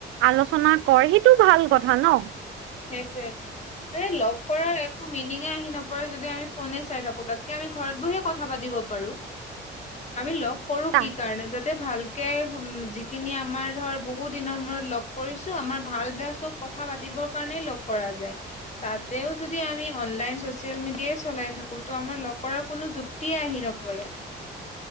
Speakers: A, on the right; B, on the left.
A: আলোচনা কৰ সেইটো ভাল কথা ন'?
B: সেইটোৱে। এ, লগ কৰা একো মিনিঙে আহি নপৰে যদি আমি ফোনে চাই থাকো, তাতকে আমি ঘৰত বহি ক কথা পাতিব পাৰোঁ। আমি ল'গ কৰো
A: তা
B: কি কাৰণে যাতে ভাল যিখিনি আমাৰ ধৰ বহু দিনৰ মূৰত লগ কৰিছোঁ, আমাৰ ভাল বেয়া চব কথা পাতিব কাৰণে লগ কৰা যায়। তাতেও যদি আমি অনলাইন চচিয়েল মিডিয়াই চলাই থাকো ত' আমাৰ লগ কৰাৰ কোনো যু তি আহি নপৰে।